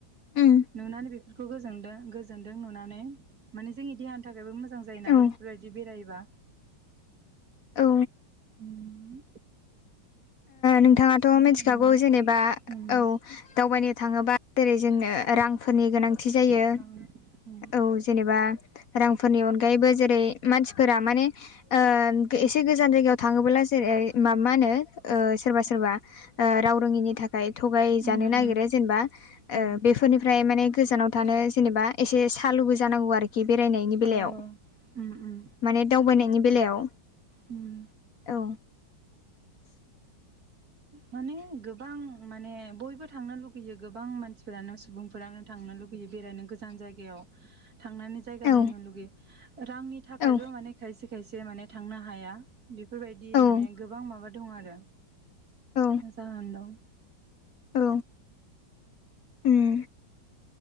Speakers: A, on the left; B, on the right.
A: उम।
B: नुनानै बेफोरखौ गोजोदों गोजोनदों नुनानै, माने जोंनि देहानि थाखायबो मोजां जायो नालाय
A: औ
B: बेफोरबायदि बिदि बेरायोबा
A: औ
B: उम
A: नोंथाङाथ' मिथिखागौ
B: उम
A: जेनेबा
B: उम
A: औ दावबायनो थाङोबा जेरै जोंनो रांफोरनि गोनांथि जायो
B: उम उम
A: औ जेनेबा रांफोरनि अनगायैबो जेरै मानसिफोरा माने ओ बे एसे गोजान जायगायाव थाङोबोला जेरै म मा होनो सोरबा सोरबा राव रोङिनि था खाय थगाय
B: उम
A: जानो
B: उम
A: नागिरो जेनेबा
B: उम
A: बेफोरनिफ्राय माने गोजानाव थानो जेनेबा एसे सालुबो जानांगौ आरोखि बेरायनायनि बेलायाव।
B: औ औ उम उम
A: माने दावबायनायनि बेलायाव,
B: उम
A: औ।
B: माने गोबां माने बयबो थांनो लुगैयो गोबां मानसि फोरानो सुबुंफोरानो थांनो लुुबैयो बेरायनो गोजान जायगायाव। थांनानै जायगा
A: औ
B: नायनो लुगैयो। रांनि थाखायबो
A: औ
B: माने खायसे खायसे माने थांनो हाया। बेफोरबायदि
A: औ
B: माने गोबां माबा दं आरो,
A: औ
B: जाहोन दं।
A: औ। उम